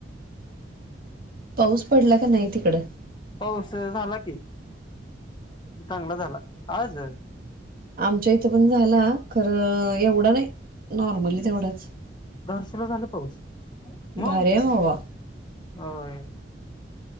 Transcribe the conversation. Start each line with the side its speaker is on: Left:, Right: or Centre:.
Right: पाऊस पडला का नाही तिकड
Left: पाऊस <unintelligible> चांगला झाला आज
Right: आमच्या इथं पण झाला, खरं एवढं नाही नॉर्मली तेवढंच,
Left: धारशीला झाला पाऊस मग
Right: भारीये भावा
Left: होय